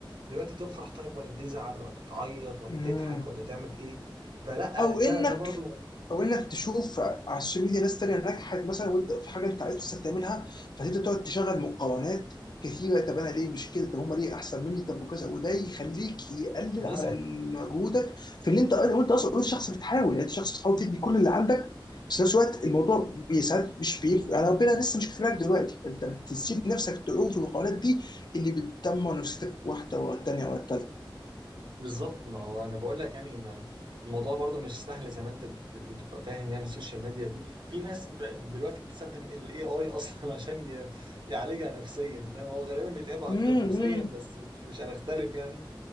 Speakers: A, on the right (about 60°); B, on the left (about 55°).
A: دلوقتي تفرح طيب ولا تزعل ولا تعيط ولا
B: مم.
A: تضحك ولا تعمل ايه فلا
B: او
A: ده
B: انك
A: ده برضو
B: او انك تشوف على السوشيال ميديا ناس تانية نجحت مثلا وانت في حاجه انت عايز نفسك تعملها فتبدا تقعد تشغل مقارنات كثيره طب انا ليه مش كده طب هم ليه احسن مني طب وكذا وده يخليك يقلل
A: نسهل
B: على مجهودك في اللي انت وانت اصلا انت شخص بتحاول يعني انت شخص بتحاول تدي كل اللي عندك بس في نفس الوقت الموضوع ساعات مش بيف... يعني ربنا لسه مش كفاك دلوقتي فانت بتسيب نفسك تعوم في المقارنات دي اللي بتدمر نفسيتك واحده ورا الثانيه ورا
A: بالظبط ما هو انا بقول لك يعني ما الموضوع برضو مش سهل زي ما انت بت- بتبقى فاهم يعني السوشيال ميديا دي في ناس ب- دلوقتي بتستخدم الاي اي اصلا <laughs> عشان ي- يعالجها نفسيا فاهم هو غالبا بيتعبها
B: الثالثه
A: اكتر نفسيا بس مش مش هنختلف يعني